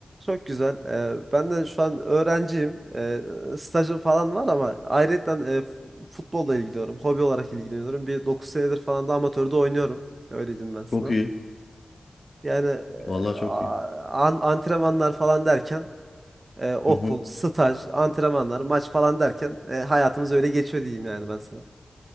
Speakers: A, on the right; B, on the left.
A: Çok güzel. Ee, ben de şu an öğrenciyim. Ee, stajım falan var ama ayrıca futbolla ilgileniyorum. Hobi olarak ilgileniyorum. Bir 9 senedir falan da amatörde oynuyorum. Öyle diyeyim ben sana.
B: Çok iyi.
A: Yani
B: Valla
A: e,
B: çok
A: a-
B: iyi.
A: an- antrenmanlar falan derken E, okul,
B: Hı hı.
A: staj, antrenmanlar, maç falan derken e, hayatımız öyle geçiyor diyeyim yani ben sana.